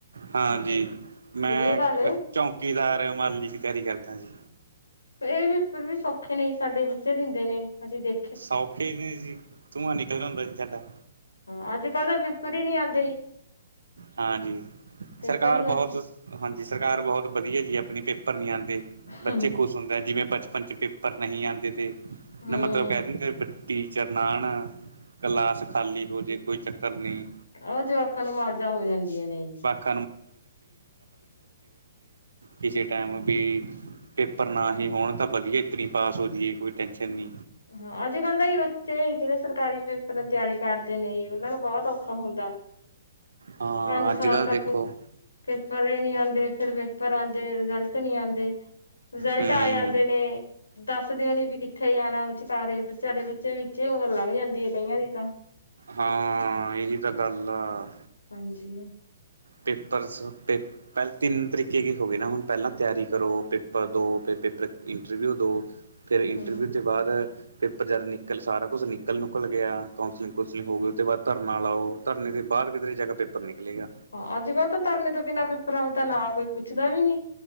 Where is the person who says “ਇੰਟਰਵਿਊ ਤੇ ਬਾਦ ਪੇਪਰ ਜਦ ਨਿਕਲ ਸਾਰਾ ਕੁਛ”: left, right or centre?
Right